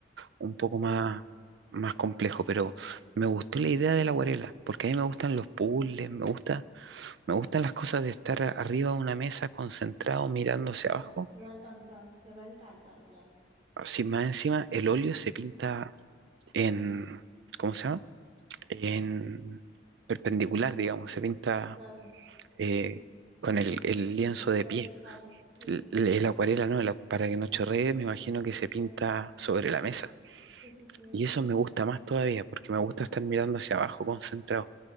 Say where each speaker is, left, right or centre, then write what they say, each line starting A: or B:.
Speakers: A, on the right (about 65°); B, on the right (about 30°).
A: un poco
B: sí,
A: más, más complejo, pero me gustó la idea de la acuarela, porque a mí me gustan los puzzles, me gusta Me gustan las cosas de estar arriba de una mesa concentrado mirando hacia
B: va-
A: abajo.
B: te va a encantar, te va a encantar, Blas.
A: Así más encima, el óleo se pinta en, ¿cómo se llama? En perpendicular, digamos, se pinta
B: Claro,
A: eh,
B: sí, sí,
A: con el, el lienzo de
B: vertical,
A: pie.
B: sí.
A: El, el acuarela, ¿no? El acu- para que no chorree,
B: No,
A: me imagino que
B: eso
A: se pinta
B: es.
A: sobre la mesa.
B: Sí, sí, sí, eso
A: Y eso
B: es.
A: me gusta más todavía, porque me gusta estar mirando hacia abajo concentrado.